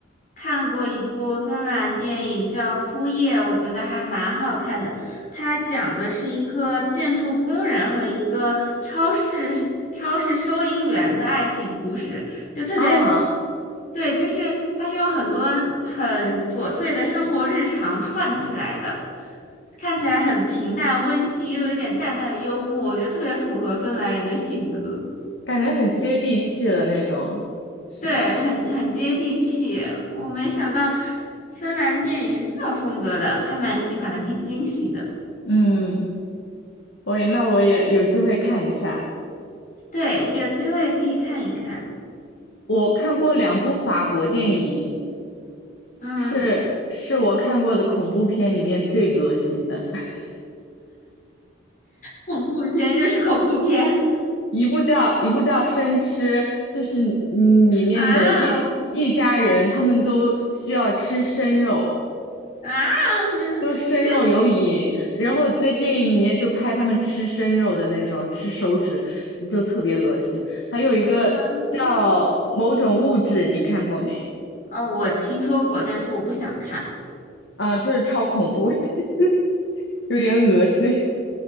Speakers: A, on the left; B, on the left.
A: 看过一部芬兰电影叫《枯叶》，我觉得还蛮好看的。它讲的是一个建筑工人和一个超市超市收银员的爱情故事，就特别，
B: 啊
A: 对，就是它是有很多很琐碎的生活日常串起来的，看起来很平淡温馨，又有一点淡淡的幽默，我觉得特别符合芬兰人的性格。
B: 感觉很接地气的那种，是不是？
A: 对，很很接地气。我没想到芬兰电影是这种风格的，还蛮喜欢的，挺惊喜的。
B: 嗯，我也，那我也有机会看一下。
A: 对，有机会可以看一看。
B: 我看过两部法国电影，
A: 嗯，
B: 是是我看过的恐怖片里面最恶心的，<laughs>
A: 恐怖片又是恐怖片
B: 一部叫一部叫《生吃》，就是嗯里面的一一家人，
A: 啊
B: 他们都需要吃生肉。
A: 啊！你这有点……
B: 就是生肉有瘾，然后那电影里面就拍他们吃生肉的那种，吃手指就特别恶心。还有一个叫某种物质，
A: 嗯
B: 你看过没？
A: 哦，我听说过，但是我不想看。
B: 啊，就是超恐怖，<laughs> 有点恶心。